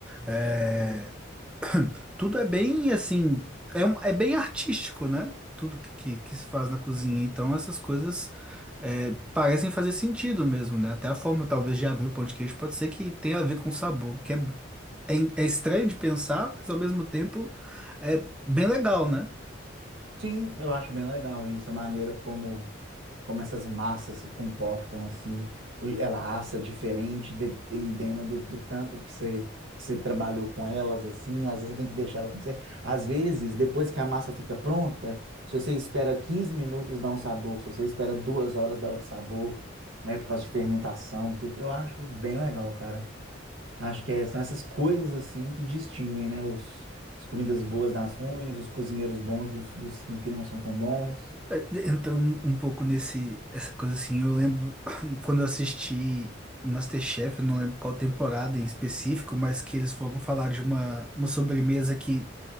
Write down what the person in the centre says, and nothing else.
É, <clears throat> Tudo é bem assim, é, um- é bem artístico, né? Tudo que, que, que se faz na cozinha. Então, essas coisas é, parecem fazer sentido mesmo, né? Até a forma, talvez, de abrir o pão de queijo pode ser que tenha a ver com sabor, que é, é, é estranho de pensar, mas ao mesmo tempo é bem legal, né?
É, Entrando um um pouco nesse, essa coisa assim, eu lembro <clears throat> quando eu assisti MasterChef, eu não lembro qual temporada em específico, mas que eles foram falar de uma, uma sobremesa que